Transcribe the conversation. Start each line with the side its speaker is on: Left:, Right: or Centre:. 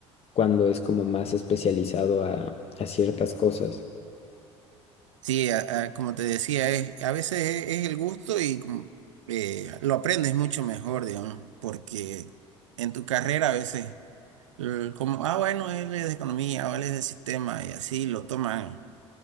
Left: cuando es como más especializado a, a ciertas cosas.
Right: Sí, a- a- como te decía, es, a veces es, es el gusto y como, eh, lo aprendes mucho mejor, digamos, porque en tu carrera a veces eh, como, ah, bueno, él es de economía o él es de sistema y así lo toman